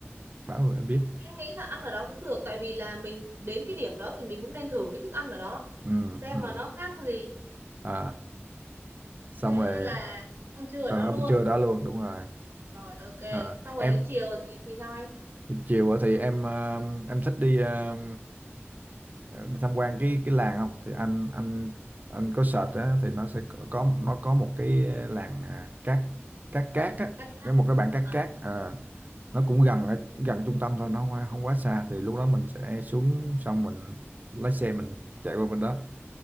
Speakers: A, on the right; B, on the right.
A: báo rồi anh biết
B: em nghĩ là ăn ở đó cũng được tại vì là mình đến cái điểm đó thì mình cũng nên thử cái thức ăn ở đó
A: ừ
B: xem
A: ừ
B: mà nó khác cái gì
A: à xong
B: thế
A: rồi
B: là ăn trưa ở
A: Tao
B: đó
A: đã
B: luôn
A: chưa đã luôn đúng rồi
B: Rồi ok.
A: Ờ,
B: Xong rồi
A: em
B: đến chiều thì thì sao anh?
A: chiều á thì em ờ, em thích đi ờ, đi tham quan cái cái làng không thì anh anh anh có search á thì nó sẽ có có- nó có một cái làng à, cát cát cát á
B: Cắt cát.
A: cái một cái bản cát
B: À,
A: cát ờ, nó cũng gần ở gần trung tâm thôi nó không, không quá xa thì lúc đó mình sẽ xuống xong mình lái xe mình chạy qua bên đó